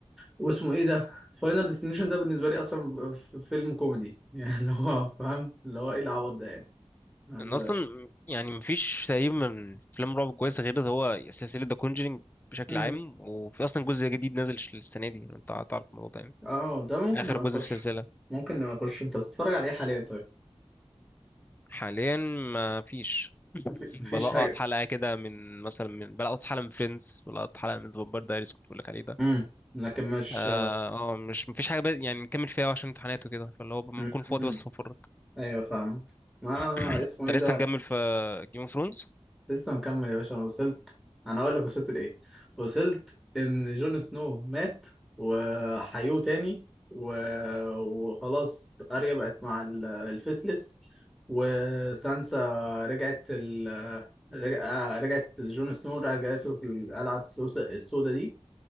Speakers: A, in the centre; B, on the left (about 15°).
A: واسمه ايه ده فاينل ديستنيشن ده بالنسبه لي اصلا ف- فيلم كوميدي <laughs> يعني اللي هو فاهم اللي هو ايه العبط ده يعني اللي
B: أنا أصلا
A: هو-
B: يعني مفيش تقريبا من أفلام رعب كويسة غير ده هو سلسلة ذا كونجرينج بشكل
A: مم.
B: عام وفي أصلا جزء جديد نازل ش- السنة دي أنت تعرف الموضوع ده يعني
A: اه ده ممكن نبقى
B: آخر جزء
A: نخش
B: في السلسلة
A: ممكن نبقى نخش انت بتتفرج على ايه حاليا طيب
B: حاليا مفيش
A: مفي- مفيش
B: بلقط
A: حاجه
B: حلقة كده من مثلا من بلقط حلقة من فريندز بلقط حلقة من فامباير دايريز كنت بقولك عليه ده
A: امم لكن مش
B: اه آه، مش مفيش حاجه بقى- يعني نكمل فيها عشان امتحانات وكده فاللي هو بكون
A: مم.
B: بكون فاضي بس بفرج
A: ايوه فاهمك ما
B: <clears throat>
A: اسمه
B: انت
A: ايه ده
B: لسه نكمل في جيم اوف ثرونز
A: لسه مكمل يا باشا انا وصلت انا اقول لك وصلت لايه وصلت ان جون سنو مات وحيوه تاني و... وخلاص اريا بقت مع ال- الفيسلس وسانسا رجعت ال... رجع... رجعت لجون سنو رجعته في القلعة السوداء السوداء دي